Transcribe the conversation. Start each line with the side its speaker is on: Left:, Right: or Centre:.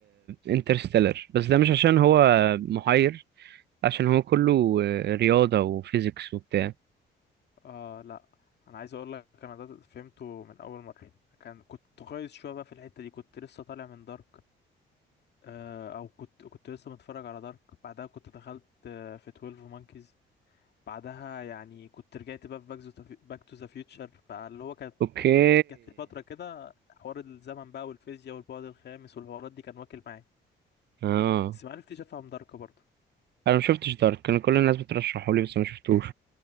Right: انترستيلر بس ده مش عشان هو محير عشان هو كله آه، رياضة وفيزيكس وبتاع
Left: اه لا انا عايز اقول لك انا ده فهمته من اول مره كان كنت كويس شويه بقى في الحته دي كنت لسه طالع من دارك آه او كنت كنت لسه متفرج على دارك بعدها كنت دخلت آه في 12 مونكيز بعدها يعني كنت رجعت بقى في باك تو ذا فيوتشر بقى اللي هو كانت
Right: اوكي
Left: جات لي فتره كده حوار الزمن بقى والفيزياء والبعد الخامس والحوارات دي كان واكل معايا
Right: اه
Left: بس ما عرفتش افهم دارك برضه
Right: انا ما شفتش دارك كان كل الناس بترشحه لي بس ما شفتوش